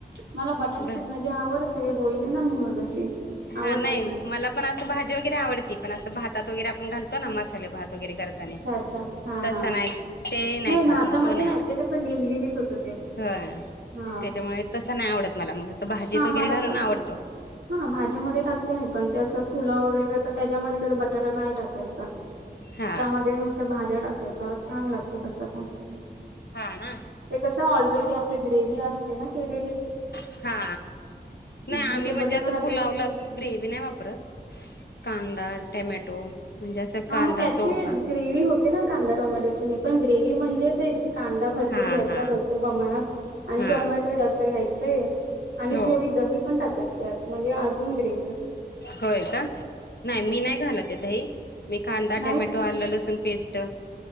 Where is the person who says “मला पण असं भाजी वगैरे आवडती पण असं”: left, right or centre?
Left